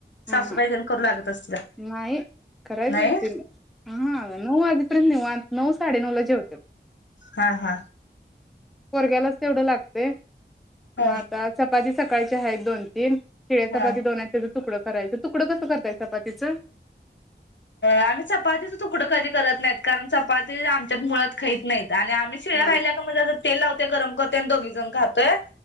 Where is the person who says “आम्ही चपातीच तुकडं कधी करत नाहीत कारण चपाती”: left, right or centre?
Left